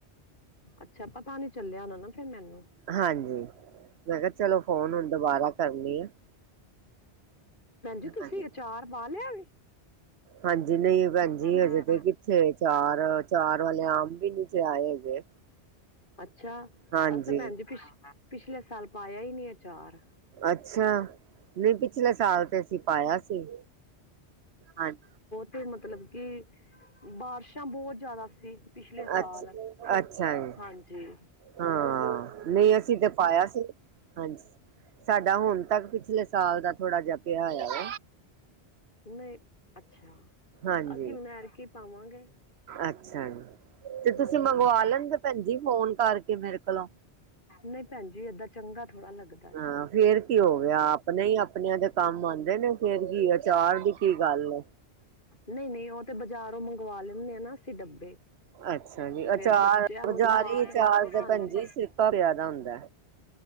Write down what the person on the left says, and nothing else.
ਅੱਛਾ ਪਤਾ ਨੀ ਚੱਲਿਆ ਹੋਣਾ ਨਾ ਫੇਰ ਮੈਨੂੰ।
ਭੈਣ ਜੀ ਤੁਸੀਂ
ਅਚਾਰ ਪਾ ਲਿਆ ਐ।
<unintelligible>
ਅੱਛਾ,
ਅਸੀ ਤੇ ਭੈਣ ਜੀ ਪਿੱਛ ਪਿਛਲੇ ਸਾਲ ਪਾਇਆ ਈ ਨੀ ਆਚਾਰ।
ਫੇਰ ਮਤਲਬ ਕੀ, ਬਾਰਿਸ਼ਾਂ ਬਹੁਤ ਜ਼ਿਆਦਾ ਸੀ। ਪਿਛਲੇ ਸਾਲ
ਹਾਂਜੀ
ਨੀ ਅੱਛਾ,
ਅਸੀਂ ਹੁਣ ਐਤਕੀ ਪਾਵਾਂਗੇ।
ਹਾਂਜੀ
ਨੀ ਭੈਣ ਜੀ ਏਦਾਂ ਚੰਗਾ ਥੋੜ੍ਹਾ ਲੱਗਦਾ। ਹੈ।
ਨਹੀਂ ਨਹੀਂ ਉਹ ਤੇ ਬਾਜ਼ਾਰੋਂ ਮੰਗਵਾ ਲੈਂਦੇ ਆ ਨਾ, ਅਸੀਂ ਡੱਬੇ।
ਤੇ ਫੇਰ
ਬੱਚਿਆਂ ਨੂੰ
ਸਵਾਦ ਨਹੀਂ
ਆਂਦੇ।